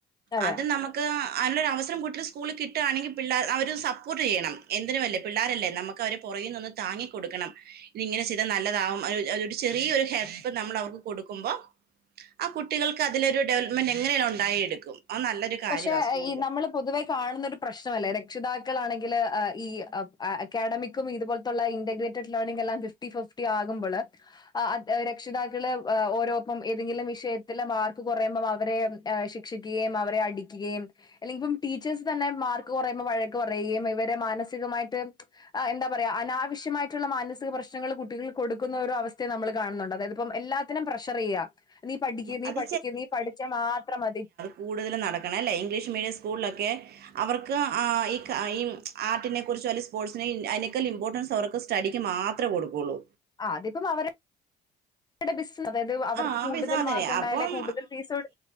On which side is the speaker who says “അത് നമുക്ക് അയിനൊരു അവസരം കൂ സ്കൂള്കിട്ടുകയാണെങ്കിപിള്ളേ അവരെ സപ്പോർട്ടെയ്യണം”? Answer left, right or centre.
Right